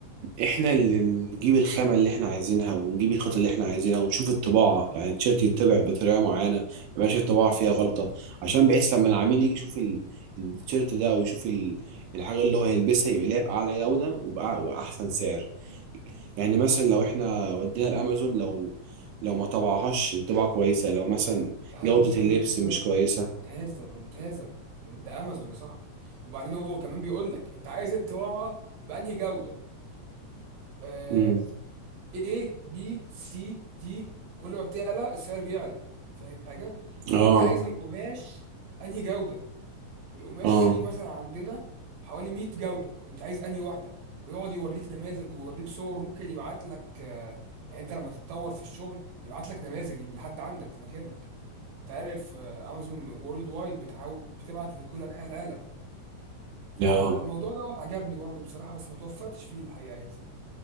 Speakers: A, on the right; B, on the right.
A: احنا اللي نجيب الخامه اللي احنا عايزينها ونجيب الخطه اللي احنا عايزينها ونشوف الطباعه يعني التيشيرت يتبع بطريقه معينه ما يبقاش الطباعه فيها غلطه عشان بحيث لما العميل يجي يشوف ال- التيشيرت ده او يشوف ال- الحاجه اللي هو هيلبسها يبقى ليها باعلى جوده وبأع- وباحسن سعر يعني مثلا لو احنا ودينا الامازون لو لو ما طبعهاش طباعة كويسة لو مثلا
B: لا
A: جودة
B: لا لا
A: اللبس
B: لا
A: مش
B: لا لا.
A: كويسة
B: ممتازه ممتازه ده امازون يا صاحبي وبعدين هو كمان بيقول لك انت عايز الطباعه بانهي جوده آه
A: امم
B: A B C D كل ما بتعلى السعر بيعلى فاهم حاجه
A: اه
B: طب انت عايز القماش انهي جوده القماش
A: اه
B: فيه مثلا عندنا حوالي 100 جودة انت عايز انهي واحدة ويقعد يوريك نماذج ويوريك صور وممكن يبعت لك آه، يعني انت لما تتطور في الشغل يبعت لك نماذج لحد عندك في مكانك انت عارف آه، امازون وورلد وايد بتحاول بتبعت لكل انحاء العالم فالموضوع
A: اه
B: دوت عجبني برضو بصراحة بس ما توفقتش فيه الحقيقة يا ياسين